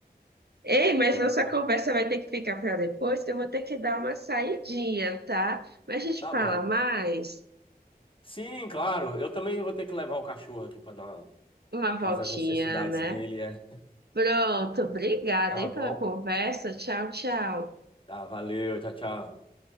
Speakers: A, on the right; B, on the left.
A: Ei, mas nossa
B: Coisa.
A: conversa vai ter que ficar para depois, que eu vou ter que dar uma saidinha, tá? Mas a gente
B: Tá
A: fala
B: bom.
A: mais,
B: Sim, claro. Eu também vou ter que levar o cachorro aqui para dar uma-
A: uma
B: fazer
A: voltinha,
B: as necessidades
A: né?
B: dele, é.
A: Pronto, obrigada,
B: Tá
A: hein,
B: bom?
A: pela conversa. Tchau, tchau.
B: Tá, valeu. Tchau, tchau.